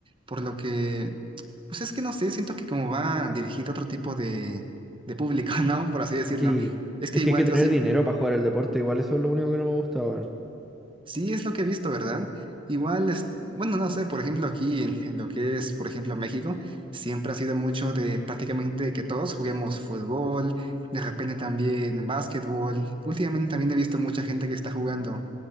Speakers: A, on the right; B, in the centre.
A: por lo que, pues es que no sé, siento que como va dirigido a otro tipo de, de público, <laughs> ¿no? Por así decirlo.
B: Sí,
A: Es que
B: es
A: igual
B: que hay que tener
A: yo sí,
B: dinero para jugar al deporte, igual eso es lo único que no me gusta, weón.
A: Sí, es lo que he visto, ¿verdad? Igual es, bueno, no sé, por ejemplo, aquí en, en lo que es, por ejemplo, México, siempre ha sido mucho de prácticamente que todos juguemos fútbol, de repente también básquetbol. Últimamente también he visto mucha gente que está jugando